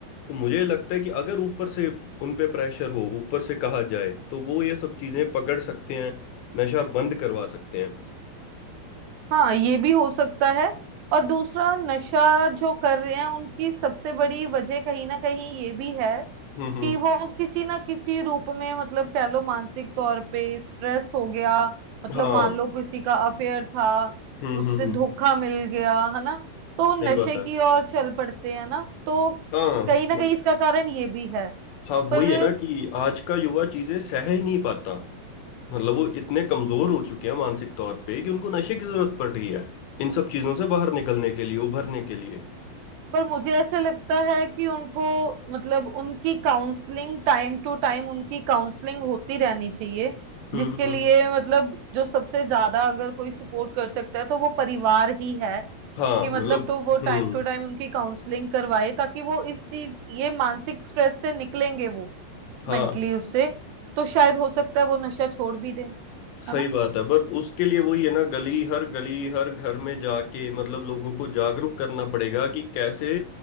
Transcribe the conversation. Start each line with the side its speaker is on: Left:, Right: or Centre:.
Left: तो मुझे लगता है कि अगर ऊपर से उन पे प्रेशर हो ऊपर से कहा जाए तो वो ये सब चीजें पकड़ सकते हैं नशा बंद करवा सकते हैं
Right: हाँ ये भी हो सकता है और दूसरा नशा जो कर रहे हैं उनकी सबसे बड़ी वजह कहीं ना कहीं ये भी है
Left: हम्म हम्म
Right: कि वो किसी ना किसी रूप में मतलब कह लो मानसिक तौर पे स्ट्रेस हो गया मतलब
Left: हाँ
Right: मान लो किसी का अफेयर था
Left: हम्म
Right: उससे
Left: हम्म हम्म,
Right: धोखा मिल गया है ना तो
Left: सही
Right: नशे
Left: बात है
Right: की ओर चल पड़ते हैं ना तो
Left: हाँ
Right: कहीं ना कहीं इसका कारण ये भी है
Left: हाँ वही
Right: पर
Left: है ना कि आज का युवा चीजें सह ही नहीं पाता मतलब वो इतने कमजोर हो चुके हैं मानसिक तौर पे कि उनको नशे की जरूरत पड़ रही है इन सब चीजों से बाहर निकलने के लिए उभरने के लिए
Right: पर मुझे ऐसा लगता है कि उनको मतलब उनकी काउंसलिंग टाइम टू टाइम उनकी काउंसलिंग होती रहनी चाहिए
Left: हम्म
Right: जिसके
Left: हम्म
Right: लिए मतलब जो सबसे ज्यादा अगर कोई सपोर्ट कर सकता है तो वो परिवार ही है
Left: हाँ
Right: कि मतलब
Left: मतलब
Right: तो वो
Left: हम्म
Right: टाइम टू टाइम उनकी काउंसलिंग करवाए ताकि वो इस चीज ये मानसिक स्ट्रेस से निकलेंगे वो
Left: हाँ
Right: मेंटली उससे तो शायद हो सकता है वो नशा छोड़ भी दें है
Left: सही
Right: ना
Left: बात है पर उसके लिए वही है ना गली हर गली हर घर में जाके मतलब लोगों को जागरूक करना पड़ेगा कि कैसे